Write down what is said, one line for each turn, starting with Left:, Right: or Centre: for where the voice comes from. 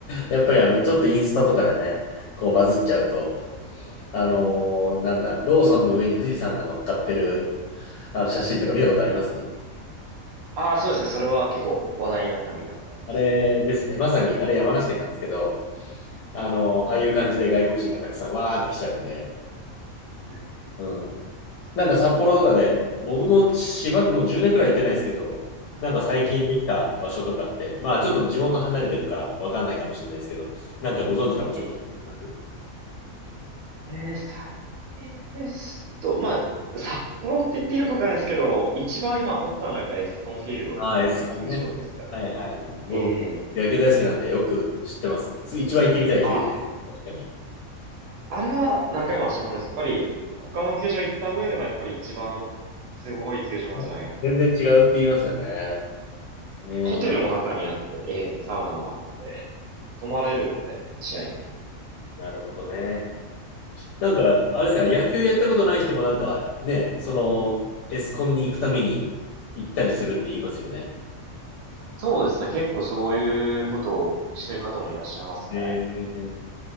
Left: やっぱりあの、ちょっとインスタとかでね、こうバズっちゃうと、あのーなんだ、ローソンの上に富士山が乗っかってる、あの写真とか見たことあります
Right: ああ、そうですね。それは結構話題になったの見たことあります。
Left: あれですね。まさに、あれ山梨県なんですけど、あのーああいう感じで外国人がたくさんわーって来ちゃうんで、
Right: うんうん。
Left: うん。なんか札幌とかで、僕もしばらくもう10年くらい行ってないですけど、なんか最近できた場所とかって、
Right: ええ、
Left: まあちょっと地元離れてるからわかんないかもしれないですけど、なんかご存知な場所とかあります
Right: ええ、ええ最近ですと、まあ、札幌って言っていいのかわかんないですけど、一番今掘ったのはやっぱエスコンフィールドっていう野球場ですかね。
Left: ああ、エスコンね。はいはいはい。
Right: え
Left: 僕、野球大好きなんでよく知ってます。つ一番行ってみたい球場です。
Right: あ
Left: 確かに。
Right: あ、あれは何回も足を運んでます。やっぱり他の球場行った上でもやっぱり一番すごい球場なんじゃないかなと思います。
Left: はい全然違うって言いますよね。ねえ
Right: ホテルも中にあって、ええ、サウナもあって、泊まれるので、試合見ながら。
Left: なるほどね。なんか、あれですか、野球やったことない人もなんかね、その、エスコンに行くために行ったりするって言いますよね。
Right: そうですね。結構そういうことをしてる方もいらっしゃいますね。
Left: えー、